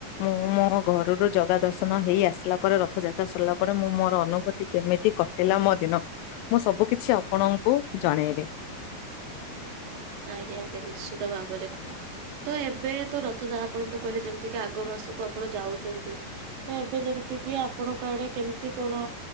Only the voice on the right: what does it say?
ଆଜ୍ଞା ଆଜ୍ଞା ନିଶ୍ଚିତ ଭାବରେ ତ ଏବେ ତ ରଥଯ ଆପଣ ତ କହିଲେ ଯେମିତି କିି ଆଗ ମାସକୁ ଆପଣ ଯାଉଛନ୍ତି ତ ଏବେ ଯେମିତି ଯେମତି କିି ଆପଣଙ୍କ ଆଡେ କେମିତି କଣ